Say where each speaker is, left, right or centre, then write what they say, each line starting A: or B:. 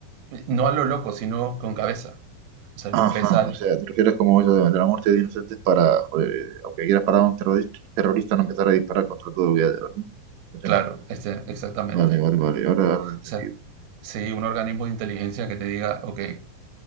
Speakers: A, on the right; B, on the right.
A: No a lo loco, sino con cabeza. O sea,
B: Ajá,
A: ves al...
B: o sea, te refieres como eso de, de la muerte de inocentes para, joder, eh, aunque quieras parar a un terrorista, terrorista no empezar a disparar contra todo lo que haya, ¿verdad? Por ejemplo.
A: Claro, este, exactamente.
B: Vale, vale, vale, ahora, ahora lo he entendido.
A: O sea, sí, un organismo de inteligencia que te diga, ok,